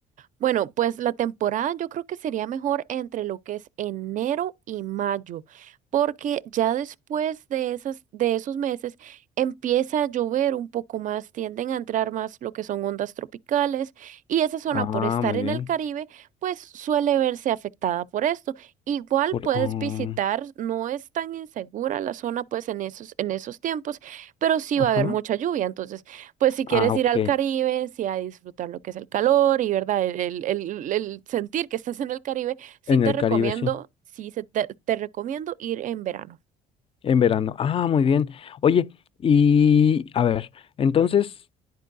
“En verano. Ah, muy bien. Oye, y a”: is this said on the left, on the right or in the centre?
Left